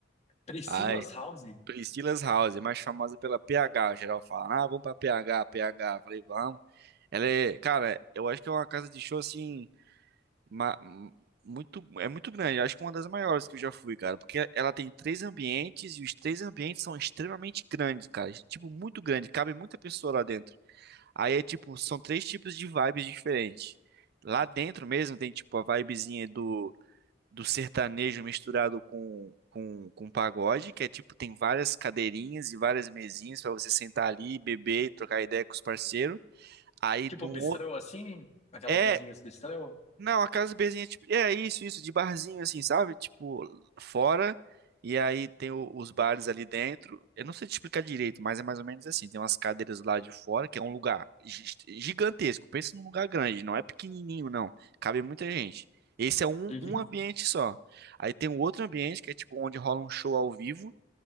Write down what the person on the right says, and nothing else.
Ah,
Priscila's House, é mais famosa pela PH. Geral fala, ah, vamos pra PH, PH. Eu Falei, vamos. Ela é, cara, eu acho que é uma casa de show assim, ma- muito, é muito grande. Acho que é uma das maiores que eu já fui, cara, porque ela tem três ambientes e os três ambientes são extremamente grandes, cara. Tipo, muito grande, cabe muita pessoa lá dentro. Aí é tipo, são três tipos de vibes diferentes. Lá dentro mesmo tem tipo a vibezinha do do sertanejo misturado com, com, com pagode, que é tipo, tem várias cadeirinhas e várias mesinhas para você sentar ali, beber, trocar ideia com os parceiros. Aí
num
outro.
É,
não, a casa de berzinha é tipo. É isso, isso, de barzinho, assim, sabe? Tipo, fora. E aí tem o- os bares ali dentro. Eu não sei te explicar direito, mas é mais ou menos assim. Tem umas cadeiras lá de fora, que é um lugar gi- gigantesco. Pensa num lugar grande, não é pequenininho, não. Cabe muita gente. Esse é um,
um ambiente só. Aí tem um outro ambiente que é tipo onde rola um show ao vivo.